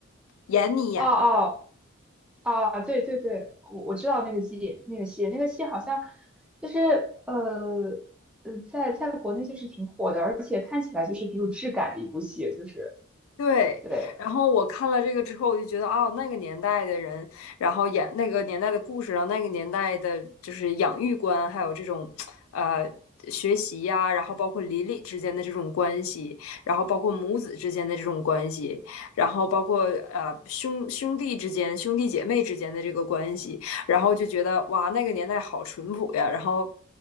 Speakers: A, on the left; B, in the centre.
A: 闫妮演的。
B: 哦哦哦，对对对，我我知道那个戏，那个戏，那个戏好像就是呃呃，在在国内就是挺火的，而且看起来就是挺有质感的一部戏，就是
A: 对，
B: 对。
A: 然后我看了这个之后，我就觉得哦，那个年代的人，然后演那个年代的故事，然后那个年代的就是养育观，还有这种，呃，学习呀、然后包括邻里之间的这种关系，然后包括母子之间的这种关系，然后包括呃兄兄弟之间、兄弟姐妹之间的这个关系，然后就觉得哇，那个年代好淳朴呀。然后